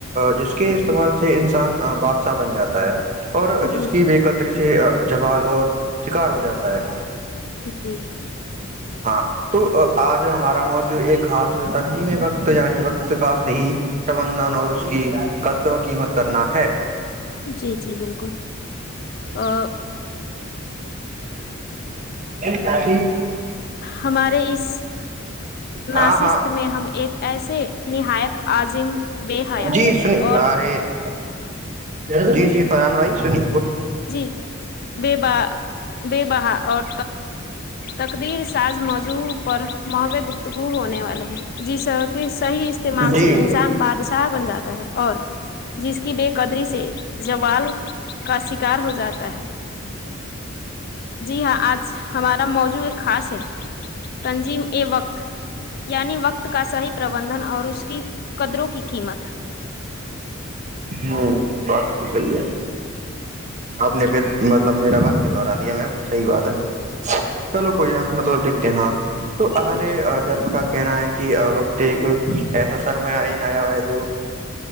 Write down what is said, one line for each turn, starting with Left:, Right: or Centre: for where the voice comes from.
Right: جس کے
Left: جی
Right: استعمال سے انسان ہ بادشاہ بن جاتا ہے اور
Left: جی
Right: جس کی
Left: جی
Right: بے قدری سے جوال اور شکار ہو جاتا ہے
Left: جی جی
Right: ہاں تو آج ہمارا موضوع ایک خاص تنظیم وقت یعنی وقت کا صحیح پربندھن اور اس کی قدر و قیمت کرنا ہے
Left: جی جی بالکل ا
Right: کافی
Left: ہمارے اس ناصست
Right: ہاں ہاں
Left: میں ہم ایک ایسے نہایت عظم بے حیا
Right: جی سنی
Left: اور
Right: <unintelligible> جی جی فرحان بھائی شنی
Left: جی بے بے بہا اور تقدیر سار موضوع پر محوع گفتگو ہونے والے ہیں جی سر کہ صحیح استعمال
Right: جی
Left: سے انسان بادشاہ بن جاتا ہے اور جس کی بیک قدری سے زوال کا سک کار ہو جاتا ہے جی ہاں آج ہمارا موضوع ایک خاص ہے تنظیم یہ وقت یعنی وقت کا صحیح پربندھن اور اس کی قدروں کی قیمت
Right: ہوں بس تو سحی ہے اپنے
Left: جی
Right: پھر مطلب میرا ب کے دوارا دیا میںم صحی بات ہے چلو کوئی نہ مطلب دیکھ کہ ہاں تو ا
Left: ٹھیک
Right: جر کہنا ہے کہ وقت ایک ایسا سرما آیا ہو ہے جو